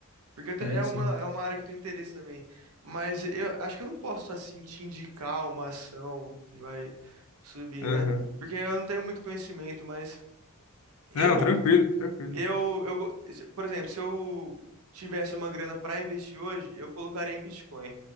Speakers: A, on the right; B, on the left.
A: Porque eu te-
B: Sim,
A: é uma,
B: sim.
A: é uma área que eu tenho interesse também. Mas eu acho que eu não posso, assim, te indicar uma ação que vai subir,
B: Aham.
A: né? Porque eu não tenho muito conhecimento, mas eu
B: Não, tranquilo, tranquilo.
A: eu, eu, go- se- por exemplo, se eu tivesse uma grana para investir hoje, eu colocaria em Bitcoin,